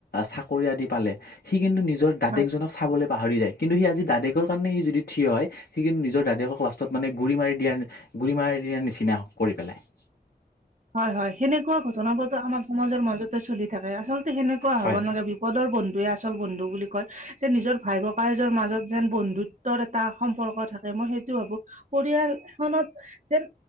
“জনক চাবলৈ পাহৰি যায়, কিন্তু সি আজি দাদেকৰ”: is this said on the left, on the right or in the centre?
Left